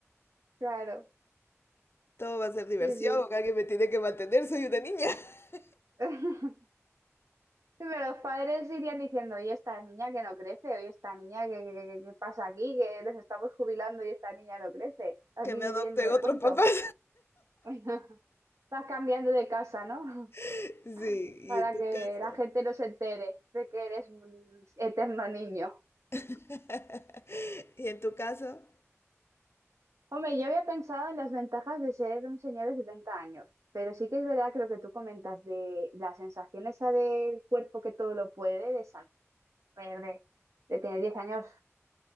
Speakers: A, on the right (about 75°); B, on the left (about 50°).
A: Claro,
B: Todo va a ser diversión,
A: sí, sí.
B: alguien me tiene que mantener, soy una niña. <laughs>
A: <laughs> Pero los padres irían diciendo, oye, esta niña que no crece, oye, esta niña que, que- que- que pasa aquí, que nos estamos jubilando y esta niña no crece, aquí
B: Que me
A: viviendo
B: adopten
A: del
B: otros
A: cuento.
B: papás.
A: <laughs> Vas cambiando de casa, ¿no?
B: <laughs> Sí, y
A: para
B: en tu
A: que
B: caso.
A: la gente no se entere de que eres un eterno niño.
B: <laughs> Y en tu caso.
A: Hombre, yo había pensado en las ventajas de ser un señor de 70 años, pero sí que es verdad que lo que tú comentas de la sensación esa del cuerpo que todo lo puede, de saber, de, de tener 10 años,